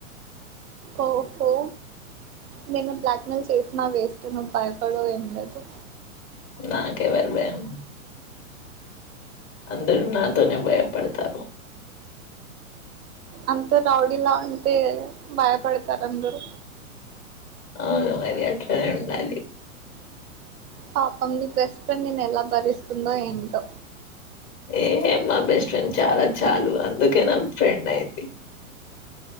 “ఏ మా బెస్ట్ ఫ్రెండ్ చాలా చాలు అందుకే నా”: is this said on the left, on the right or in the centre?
Left